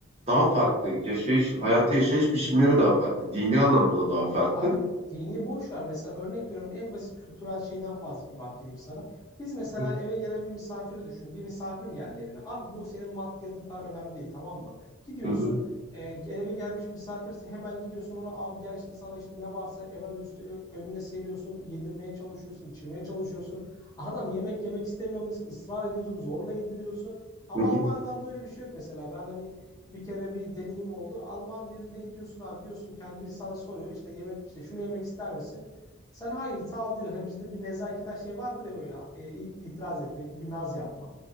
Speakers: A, on the right; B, on the left.
A: daha farklı yaşayış, hayatı yaşayış biçimleri daha farklı. Dini anlamda daha farklı.
B: Abi dini boş ver. Mesela örnek veriyorum en basit kültürel şeyden fazla fark edeyim sana. Biz mesela
A: Hı
B: eve gelen bir misafiri düşün. Bir misafir mi geldi evine? Abi bu senin maddiyatın falan önemli değil tamam mı? Gidiyorsun
A: hı,
B: e, eve gelmiş misafirse hemen gidiyorsun ona abi gel işte sana işte ne varsa hemen üstü önüne seriyorsun. Yedirmeye çalışıyorsun, içirmeye çalışıyorsun. Adam yemek yemek istemiyorum diye ısrar ediyorsun, zorla yediriyorsun. Ama
A: hı hı,
B: Almanlarda öyle bir şey yok mesela. Ben hani bir kere bir deneyim oldu. Alman birine gidiyorsun abi diyorsun ki hani biri sana soruyor işte yemek işte şunu yemek ister misin? Sen hayır sağ ol diyor. Hani bizde bir nezaketen şey vardır ya böyle e, i- itiraz etme, bir naz yapma.